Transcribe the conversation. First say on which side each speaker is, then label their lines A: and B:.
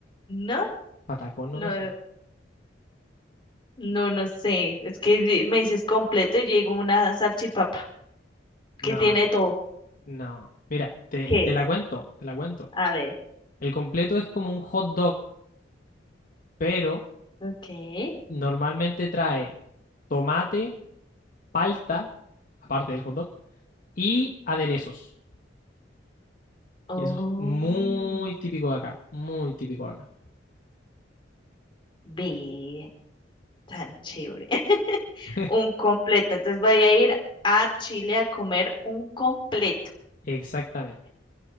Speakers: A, on the left (about 25°); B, on the left (about 50°).
A: No,
B: Patacón
A: no.
B: no me suena.
A: No, no sé. Es que di- me dices completo y llegó una salchipapa que
B: No,
A: tiene todo.
B: no. Mira, te,
A: ¿Qué
B: te la
A: es?
B: cuento, te la cuento.
A: A ver.
B: El completo es como un hot dog, pero
A: Ok.
B: normalmente trae tomate, palta, aparte del hot dog, y aderezos.
A: Oh,
B: Y eso es muy típico de acá, muy típico de acá.
A: ve. Tan chévere. <laughs>
B: <laughs>
A: Un completo. Entonces voy a ir a Chile a comer un completo.
B: Exactamente.